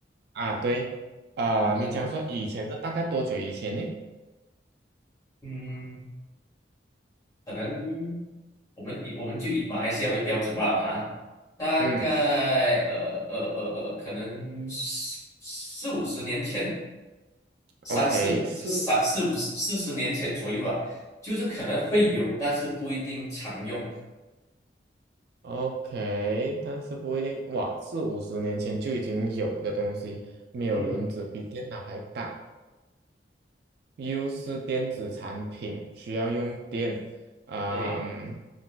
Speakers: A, on the right; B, on the left.
A: 啊，对，啊、
B: <laughs> 就是
A: 你讲说以前是大概多久以前呢？
B: 嗯，可能我们以我们就以马来西亚为标准吧，哈，大概呃呃呃呃，
A: 嗯
B: 呃可能四四五十年前，三四就三四五四十年前左右啊，
A: ，OK，是
B: 就是可能会有，但是不一定常用。
A: OK，但是不一定，哇，四五十年前就已经有的东西，没有轮子，
B: 嗯，
A: 比电脑还大，又是电子产品，需要用电，啊、
B: 对，
A: 嗯，